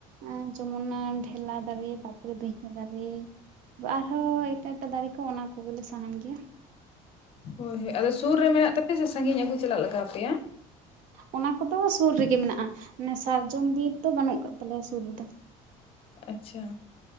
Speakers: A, on the right; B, on the left.
A: ᱚ, ᱡᱮᱢᱚᱱ ᱚᱱᱟ ᱰᱷᱮᱞᱟ ᱫᱟᱨᱮ, ᱛᱟᱨᱯᱚᱨᱮ ᱫᱟᱹᱭᱦᱟᱹ ᱫᱟᱨᱮ᱾ ᱟᱨᱦᱚᱸ ᱮᱴᱟᱜ ᱮᱴᱟᱜ ᱫᱟᱨᱮ ᱠᱚ ᱚᱱᱟ ᱠᱚᱜᱮᱞᱮ ᱥᱟᱦᱟᱱ ᱜᱮᱭᱟ᱾
B: ᱦᱳᱭ ᱦᱳᱭ ᱟᱫᱚ ᱥᱩᱨ ᱨᱮ ᱢᱮᱱᱟᱜ ᱛᱟᱯᱮᱭᱟ ᱥᱮ ᱥᱟᱺᱜᱤᱧ ᱟᱹᱜᱩ ᱪᱟᱞᱟᱜ ᱞᱟᱜᱟᱣ ᱯᱮᱭᱟ?
A: ᱚᱱᱟ ᱠᱚᱫᱚ ᱥᱩᱨ ᱨᱮᱜᱮ ᱢᱮᱱᱟᱜᱼᱟ, ᱢᱟᱱᱮ ᱥᱟᱨᱡᱚᱢ ᱵᱤᱨ ᱫᱚ ᱵᱟᱹᱱᱩᱜ ᱟᱠᱟᱫ ᱛᱟᱞᱮᱭᱟ ᱥᱩᱨ ᱨᱮᱫᱚ᱾
B: ᱟᱪᱪᱷᱟ